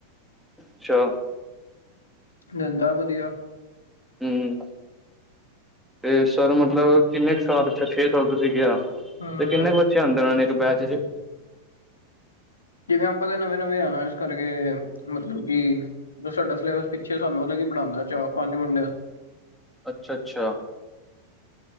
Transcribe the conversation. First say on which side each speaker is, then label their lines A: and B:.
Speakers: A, in the centre; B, on the left.
A: ਅੱਛਾ।
B: ਨੰਦਾ ਵਧੀਆ।
A: ਹੂੰ ਤੇ ਸਰ ਮਤਲਬ ਕਿੰਨੇ ਕੇ ਸਾਲ ਉੱਥੇ, ਛੇ ਸਾਲ ਤੁਸੀਂ ਕਿਹਾ।
B: ਹੂੰ,
A: ਤੇ ਕਿੰਨੇ ਕੁ ਬੱਚੇ ਆਂਦੇ ਉਹਨਾਂ ਦੇ ਇੱਕ ਬੈਚ ਚ।
B: ਜਿਵੇਂ ਆਪਾਂ ਤੇ ਨਵੇਂ -ਨਵੇਂ ਆਣਾ, ਇਸ ਕਰਕੇ ਮਤਲਬ ਕਿ ਜੋ ਸਾਡਾ ਸਿਲੇਬਸ ਪਿੱਛੇ ਸਾਨੂੰ ਅਲੱਗ ਹੀ ਪੜਾਂਦਾ ਚਾਰ ਪੰਜ ਮੁੰਡੇ
A: ਅੱਛਾ -ਅੱਛਾ।